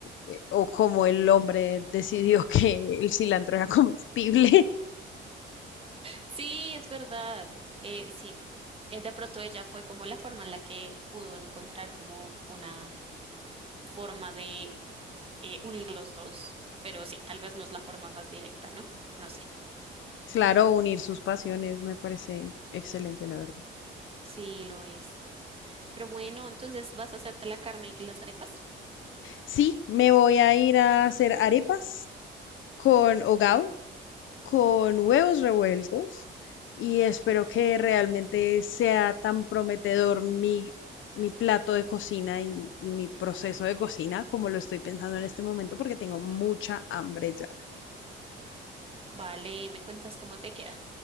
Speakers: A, on the left (about 75°); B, on the right (about 30°).
A: eh, o cómo el hombre decidió <laughs> que el cilantro era comestible. <laughs>
B: sí, es verdad. Eh, sí, Eh, de pronto ella fue como la forma en la que pudo encontrar como una forma de eh, unir los dos. Pero sí, tal vez no es la forma más directa, ¿no? No sé.
A: Claro, unir sus pasiones me parece excelente, la verdad.
B: Sí, lo es. Pero bueno, entonces vas a hacerte la carne y las arepas.
A: Sí, me voy a ir a hacer arepas con hogao, con huevos revueltos y espero que realmente sea tan prometedor mi, mi plato de cocina y, y mi proceso de cocina como lo estoy pensando en este momento porque tengo mucha hambre ya.
B: Vale, me cuentas cómo te queda.